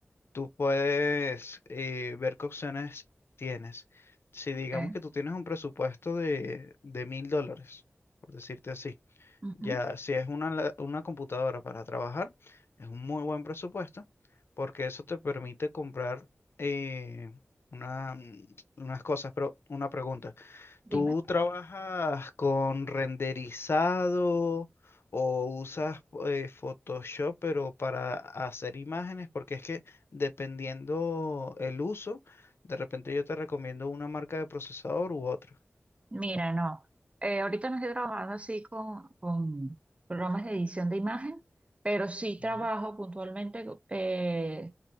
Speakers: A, on the left; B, on the right.
A: tú puedes eh, ver qué opciones tienes. Si digamos
B: ok.
A: que tú tienes un presupuesto de, de mil dólares, por decirte así,
B: Ujú,
A: ya si es una, la- una computadora para trabajar, es un muy buen presupuesto porque eso te permite comprar eh, una, mm, unas cosas. Pero una pregunta,
B: Dime.
A: ¿Tú trabajas con renderizado o usas eh, Photoshop, pero para hacer imágenes? Porque es que dependiendo el uso, de repente yo te recomiendo una marca de procesador u otra.
B: Mira, no. Eh, ahorita no estoy trabajando así con, con programas de edición de imagen, pero sí trabajo
A: Ujú.
B: puntualmente eh,